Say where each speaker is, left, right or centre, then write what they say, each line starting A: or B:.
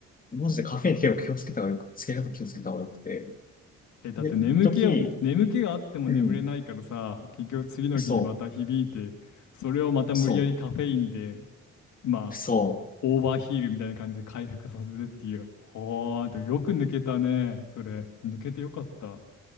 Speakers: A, on the left (about 30°); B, on the left (about 70°).
A: マジでカフェイン結構気をつけた方がよく、つけ方気をつけた方がよくて。
B: え、だって眠気を、
A: で、一時、
B: 眠気があっても眠れないからさ、
A: うん、
B: 結局次の日にまた響いて、
A: そ
B: それをまた無理やりカフェインで、
A: う、そ
B: まあ、
A: う、そう。
B: オーバーヒールみたいな感じで回復させてっていう。はあ、でもよく抜けたね、それ。抜けてよかった。